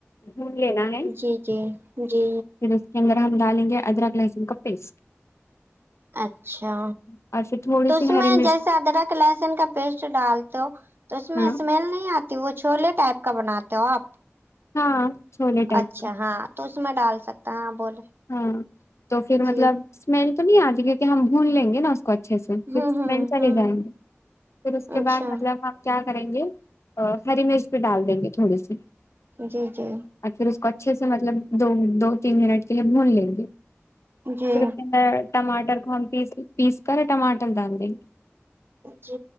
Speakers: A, on the left; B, on the right.
A: بھون لینا ہے
B: جی جی جی
A: پھر اس کے اندر ہم ڈالیں گے ادرک لہسن کا پیسٹ
B: اچھا
A: اور پھر تھوڑی
B: تو
A: سی
B: اس
A: ہری
B: میں
A: مرچ
B: جیسا ادرک لہسن کا پیسٹ ڈالتے ہو تو اس میں
A: ہاں
B: اسمیل نہیں آت وہ چھولے ٹائپ کا بناتے ہو آپ
A: ہاں چھولے ٹائپ
B: اچھا
A: کا،
B: ہاں تو اس میں ڈال سکتا ہاں بولے
A: ہاں تو پھر
B: جی
A: مطلب اسمیل تو نہیں آتی کیونکہ ہم بھون لیں گے نا اچھے سے پھرسمیل
B: ہوں ہوں
A: جائیں
B: ہوں
A: گے پھر اس کے
B: اچھا
A: بعد مطلب ہم کیا کریں گے ہری مرچ بھی ڈال دیں گے تھوڑی سی
B: جی جی
A: اور پھر اس کو اچھے سے مطلب دو دو تین منٹ کے لیے بھون لیں گے
B: جی
A: پھر ٹماٹر کو ہم پیس پیس کر ٹماٹر دال دیں
B: جی